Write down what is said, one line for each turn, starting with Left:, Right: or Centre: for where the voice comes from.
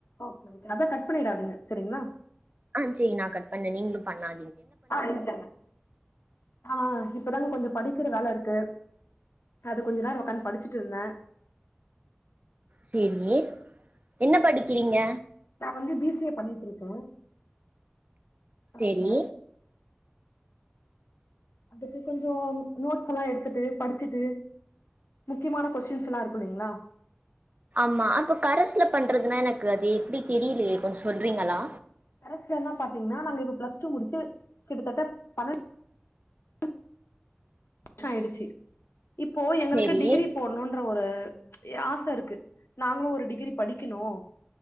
Left: ஓகே ஓகே அத கட் பண்ணிடாதீங்க செரிங்களா
Right: ஆ சேரி நான் கட் பண்ண நீங்களும் பண்ணா
Left: ஆ இல்லல்ல ஆ இப்பதாங்க கொஞ்சம் படிக்கிற வேலை இருக்கு அது கொஞ்ச நேரம் உக்காந்து படிச்சுட்டு இருந்தேன்
Right: சேரி என்ன படிக்கிறீங்க
Left: நான் வந்து பி சி ஏ பண்ணிட்டு இருக்கேன் கரஸ்ல
Right: சேரி
Left: அதுக்கு கொஞ்சம் நோட்ஸ் எல்லாம் எடுத்துட்டு படிச்சுட்டு முக்கியமான கொஸ்டின்ஸ் எல்லாம் இருக்கும் இல்லைங்களா
Right: ஆமா அப்ப கரசுல பண்றதுனா எனக்கு அது எப்படி தெரியலையே கொஞ்சம் சொல்றீங்களா
Left: கரஸ்சுலாம் பாத்தீங்கன்னா நாங்க இப்ப பிளஸ் டூ முடிச்சு கிட்டத்தட்ட பன்னென் ஷம் ஆயிடுச்சு இப்போ எங்களுக்கு
Right: சேரி
Left: டிகிரி போடணுன்ற ஒரு யாச இருக்கு நாங்களு ஒரு டிகிரி படிக்கணு